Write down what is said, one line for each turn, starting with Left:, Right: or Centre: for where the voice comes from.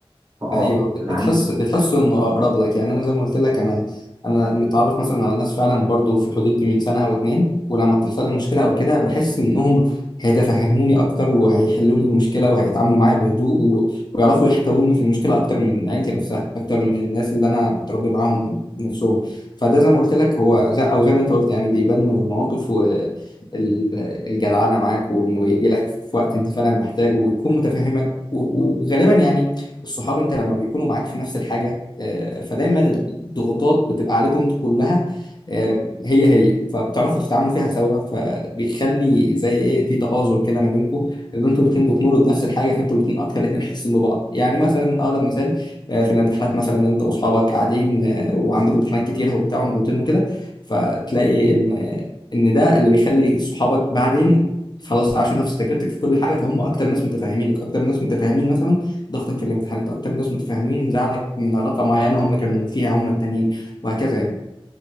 Right: فاه
Left: ايوه بت-
Right: انا عندي
Left: بتحس بتحس انه اقرب لك يعني انا زي ما قلت لك انا انا متعرف مثلا على الناس فعلا برضو في الحدود دي من سنه او اتنين ولما بتحصل لي مشكله او كده بحس انهم هيتفهموني اكتر وهيحلوا لي المشكله وهيتعاملوا معايا بهدوء و... ويعرفوا يحتووني في المشكله اكتر من عيلتي نفسها اكتر من الناس اللي انا متربي معاهم نفسهم فده زي ما قلت لك هو زي... او زي ما انت قلت يعني بيبان من المواقف والجدعنه معاك وانه يجي لك في وقت انت فعلا محتاجه ويكون متفهمك و... وغالبا يعني الصحاب انت لما بيكونوا معاك في نفس الحاجه آه، فدايما الضغوطات بتبقى عليكم انتوا كلها آه، هي هي فبتعرفوا تتعاملوا فيها سوا فبيخلي زي ايه في تآزر كده ما بينكم ان انتوا الاثنين بتمروا بنفس الحاجه فانتوا الاثنين اكتر الاثنين حاسين ببعض يعني مثلا اقرب مثال آه، في الامتحانات مثلا انت واصحابك قاعدين آه، وعندكم امتحانات كتيره وبتاع ومضغوطين وكده فتلاقي ان ان ده اللي بيخلي صحابك بعدين خلاص عاشوا نفس تجربتك في كل حاجه فهم اكتر ناس متفاهمينك اكتر ناس متفاهمين مثلا ضغطك في الامتحانات اكتر ناس متفاهمين زعلك من علاقه معينه هم كانوا فيها هم التانيين وهكذا يعني